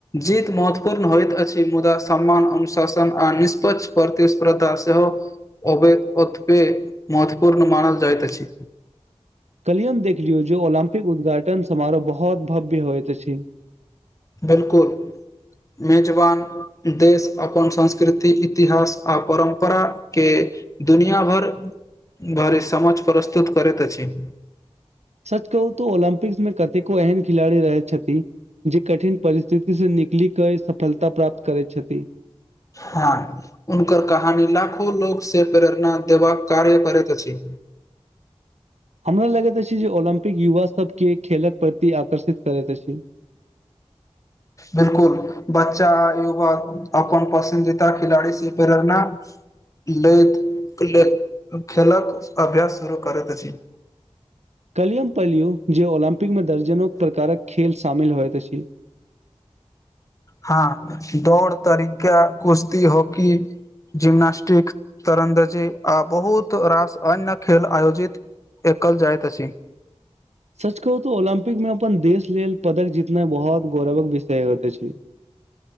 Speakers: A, on the left; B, on the right.
A: जीत महत्वपूर्ण होइत अछि मुदा सम्मान अनुशासन आ निष्पक्ष प्रतिस्पर्धा सेहो अत महत्वपूर्ण मान जाइतइत अछि
B: कलियुग देख लियौ जे ओलम्पिक उद्घाटन समारोह बहुत भव्य होइत अछि
A: बिलकुल मेजबान देश अपन संस्कृति इतिहास आ परम्परा के दुनिया भरि भरि समझ प्रस्तुत करैत अछि
B: सच कहू तऽ ओलम्पिक्स में कतेको एहन खिलाड़ी रहै छथि जे कठिन परिस्थिति से निकलि कऽ ई सफलता प्राप्त करैत छथि
A: हँ हुनकर कहानी लाखों लोग से प्रेरणा देबाक कार्य करैत अछि
B: हमरा लगैत अछि जे ओलम्पिक युवा सब के खेलक प्रति आकर्षित करैत अछ <inaudible>
A: बिलकुल बच्चा युवा अपन पसन्दीदा खिलाड़ी स प्रेरणा लैत ले खेलक अभ्यास शुरू करैत अछि
B: कलयुग पलयुग जे ओलम्पिक में दर्जनो प्रकारक खेल शामिल होइत अछि
A: हँ दौड़ तरीका कुश्ती होकी जिम्नास्टिक तिरन्दाजी आ बहुत रास अन्य खेल आयोजित एकल जाइत अछि
B: सच कहू तऽ ओलम्पिक मे अपन देश लेल पदक जीतनाइ बहुत गौरवक विषय होइत अछि